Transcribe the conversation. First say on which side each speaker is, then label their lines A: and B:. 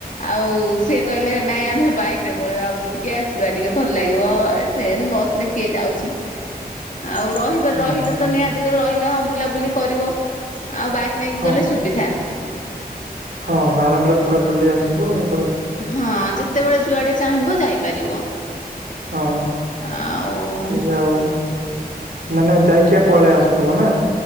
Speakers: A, on the left; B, on the right.
A: ଆଉ ସିଏ କହିଲେ ନାଇଁ ଆମେ ବାଇକ ରେ ପଳେଇବା ବୁଲିକି ଆସିବା ଟିକେ ଭଲ ଲାଗିବ ଟ୍ରେନ ବସ ରେ କିଏ ଯାଉଛି ଆଉ ରହିବ
B: ହୁଁ
A: ରହିଲେ ତ ନିହାତି ରହିଲେ ହଁ ବୁଲାବୁଲି କରିବ ଆଉ ବାଇକ ନେଇକି
B: ହଁ
A: ଗଲେ ସୁବିଧା
B: ହଁ ଆରାମରେ ପୁରା ବୁଲି ଆସିବ ଆଉ
A: ହଁ ଯେତେବେଳେ ଯୁଆଡେ ଚାହିଁବ ଯାଇପାରିବ।
B: ହଁ
A: ଆଉ
B: ସେଇଆ ଆଉ ମାନେ ଯାଇକି ପଳେଇ ଆସୁଥିବ ନା